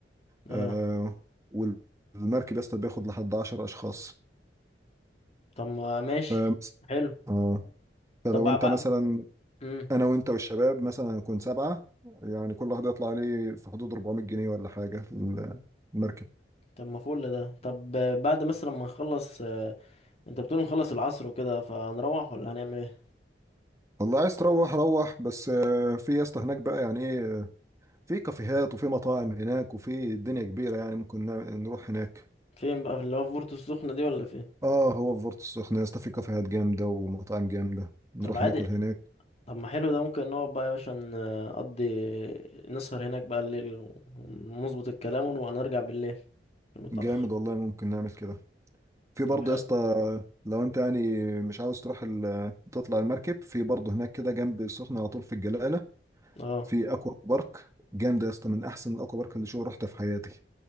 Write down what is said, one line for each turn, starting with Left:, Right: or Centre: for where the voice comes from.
Right: آه
Left: اه
Right: والمركب يا اسطى بياخد لحد 10 اشخاص
Left: طب ما ماشي
Right: ف
Left: حلو
Right: اه فلو
Left: طب
Right: انت
Left: بقى
Right: مثلا
Left: امم
Right: انا وانت والشباب مثلا هنكون سبعه يعني كل واحد يطلع عليه في حدود 400 جنيه ولا حاجه ال- المركب
Left: طب ما فل ده طب بعد مثلا ما نخلص آه، انت بتقول نخلص العصر وكده فهنروح ولا هنعمل ايه
Right: والله عايز تروح روح بس آه، في يا اسطى هناك بقى يعني ايه آه، في كافيهات وفي مطاعم هناك وفي الدنيا كبيره يعني ممكن ن- نروح هناك
Left: فين بقى في اللي هو في بورتو السخنة دي ولا فين
Right: اه هو في بورتو السخنة يا اسطى في كافيهات جامدة ومطاعم جامدة نروح
Left: طب عادي
Right: ناكل هناك
Left: طب ما حلو ده ممكن نقعد بقى يا باشا ن- نقضي نسهر هناك بقى الليل ونظبط الكلام ونبقى نرجع بالليل متأخر
Right: جامد والله ممكن نعمل كده في
Left: طب
Right: برضه
Left: حلو
Right: يا اسطى لو انت يعني مش عاوز تروح ال... تطلع المركب في برضه هناك كده جنب السخنة على طول في الجلالة
Left: اه
Right: في اكوا بارك جامدة يا اسطى من احسن الاكوا بارك اللي شو رحتها في حياتي